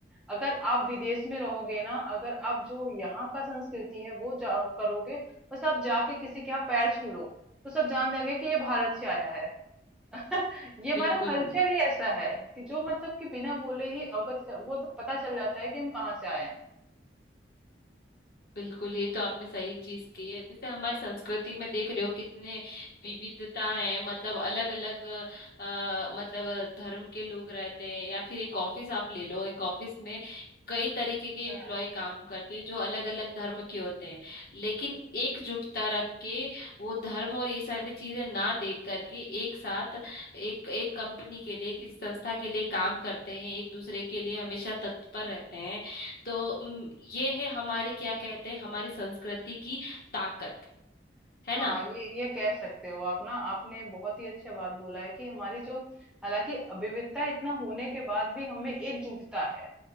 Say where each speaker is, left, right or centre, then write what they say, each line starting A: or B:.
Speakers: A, in the centre; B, on the left (about 55°).
A: अगर आप विदेश में रहोगे ना अगर आप जो यहाँ का संस्कृति है वो जा करोगे बस आप जाके किसी के यहाँ पैर छू लो तो सब जान जाएंगे कि ये भारत से आया है <laughs> ये हमारा
B: बिल्कुल
A: कल्चर ही ऐसा है कि जो मतलब कि बिना बोले ही अवगत कर, वो तो पता चल जाता है कि हम कहाँ से आए हैं
B: बिल्कुल ये तो आपने सही चीज की है जैसे हमारी संस्कृति में देख रहे हो कितने विविधता है मतलब अलग अलग मतलब धर्म के लोग रहते हैं या फिर एक ऑफिस आप ले लो एक ऑफिस में कई तरीके के एम्प्लॉय
A: हम्म
B: काम करते हैं जो अलग अलग धर्म के होते हैं लेकिन एकजुटता रख के वो धर्म और ये सारी चीजें ना देख करके एक साथ एक एक कंपनी के लिए किसी संस्था के लिए काम करते हैं एक दूसरे के लिए हमेशा तत्पर रहते हैं तो उम, ये है हमारे क्या कहते हैं हमारी संस्कृति की ताकत है
A: हाँ,
B: ना
A: ये ये कह सकते हो आप ना, आपने बहुत ही अच्छा बात बोला है कि हमारी जो हालाँकि विविधता इतना होने के बाद भी हमें एकजुटता है।